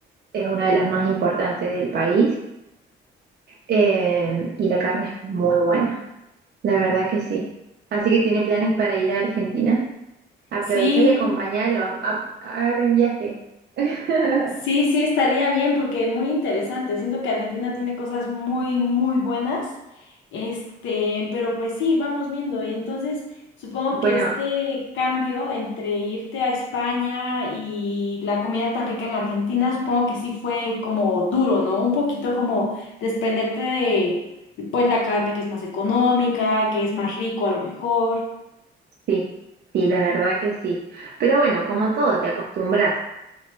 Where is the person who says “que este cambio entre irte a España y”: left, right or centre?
Left